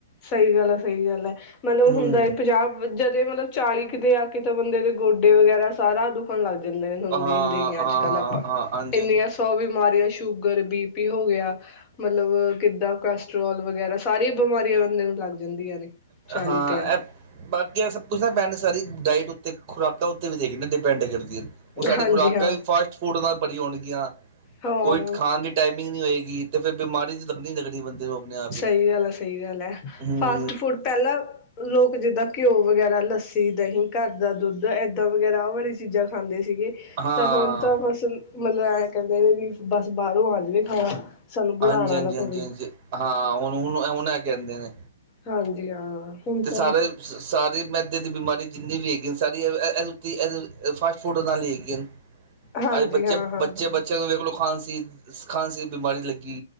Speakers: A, on the left; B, on the right.
A: ਸਹੀ ਗੱਲ ਹੈ ਸਹੀ ਗੱਲ ਹੈ ਮਤਲਬ
B: ਹਮ
A: ਹੁੰਦਾ ਇ ਪੰਜਾਹ ਜੱਦੇ ਮਤਲਬ ਚਾਲੀ ਕਿ ਦੇਆ ਕੇਤੇ ਬੰਦੇ ਦੇ ਗੋਡੇ ਵਗੈਰਾ ਸਾਰਾ ਦੁਖਣ ਲੱਗ ਜਾਂਦਾ ਤੁਾਨੂੰ
B: ਹਾਂ ਹਾਂ
A: ਦੇਖਦੇ ਹੀ ਅੱਜ ਕੱਲ੍ਹ ਆਪਾਂ
B: ਹਾਂ ਹਾਂਜੀ
A: ਇੰਨੀਆਂ
B: ਹਾਂਜੀ
A: ਸੋ ਬਿਮਾਰੀਆਂ ਸ਼ੂਗਰ ਬੀ ਪੀ ਹੋ ਗਿਆ ਮਤਲਬ ਕਿੱਦਾਂ ਕੋਲੈਸਟਰ੍ਰੋਲ ਵਗੈਰਾ ਸਾਰੀਆਂ ਬਿਮਾਰੀਆਂ ਨੇ ਨੂੰ ਲੱਗ ਜਾਂਦੀਆਂ ਨੇ ਚਾਲੀ
B: ਹਾਂ
A: ਤੇ ਆ
B: ਇਹ
A: ਕੇ।
B: ਬਾਕੀ ਆ ਸਭ ਕੁਛ ਨਾ ਪੈਣ ਸਾਰੀ ਡਾਇਟ ਉੱਤੇ ਖੁਰਾਕਾਂ ਉੱਤੇ ਵੀ ਦੇਖਦੇ ਡਿਪੈਂਡ ਕਰਦੀ।
A: ਕੇ
B: ਹੁਣ ਸਾਡਡੀ
A: ਹਾਂਜੀ
B: ਖੁਰਾਕਾਂ
A: ਹਾਂ
B: ਵੀ ਫਾਸਟ ਫੂਡ ਬੜੀਆਂ ਹੋਣਗੀਆਂ
A: ਹਾਂ
B: ਕੋਈ ਖਾਣ ਦੀ ਟਾਈਮਿੰਗ ਨਹੀਂ ਹੋਏਗੀ ਫਿਰ ਬਿਮਾਰੀ ਦੀ ਲੱਗਣੀ ਨਹੀਂ ਲੱਗ ਬੰਦੇ ਨੂੰ ਆਪਣੇ ਆਪ ਹੀ।
A: ਸਹੀ ਗੱਲ ਆ ਸਹੀ ਗੱਲ ਹੈ।
B: ਹੂੰ,
A: ਫਾਸਟ ਫੂਡ ਪਹਿਲਾਂ ਲੋਕ ਜਿੱਦਾਂ ਘਿਓ ਵਗੈਰਾ ਲੱਸੀ ਦਹੀਂ ਘਰ ਦਾ ਦੁੱਧ ਏਦਾਂ ਵਗੈਰਾ ਆਹ ਵਾਲੀ ਚੀਜ਼ਾਂ ਖਾਂਦੇ ਸੀਗੇ।
B: ਹਾਂ
A: ਤਾਂ ਹੁਣ ਤਾਂ ਬਸ ਮਤਲਬ ਐ ਕਹਿੰਦੇ ਨੇ ਵੀ ਬਸ ਬਾਹਰੋਂ ਆ ਜਾਵੇ ਖਾਣਾ। ਸਾਨੂੰ ਬਣਾਉਣਾ
B: ਹਾਂਜੀ ਹਾਂਜੀ
A: ਨਾ ਪਵੇ।
B: ਹਾਂਜੀ ਹਾਂਜੀ ਹਾਂ ਹੁਣ ਹੁਣ ਹੁਣ ਲੈ ਕੇ ਆਂਦੇ ਨੇ।
A: ਹਾਂਜੀ ਹਾਂ ਹੁਣ
B: ਅਤੇ ਸਾਰੇ
A: ਤਾਂ
B: ਸਾਰੇ ਮੈਦੇ ਦੀ ਬਿਮਾਰੀ ਜਿੰਨੀ ਵੀ ਹੈਗੀ ਸਾਰੀ ਰੁੱਤੀ। ਫਾਸਟ ਫੂਡ ਨਾਲ ਹੀ ਹੈਗੀਆਂ ਨੇ
A: ਹਾਂਜੀ
B: ਅੱਜ ਬੱਚੇ
A: ਹਾਂ ਹਾਂ
B: ਬੱਚੇ ਬੱਚ ਅੱਛਾ ਵੇਖ ਲੋ ਖਾਂਸੀ ਸੀ ਖਾਂਸੀ ਬਿਮਾਰੀ ਲੱਗੀ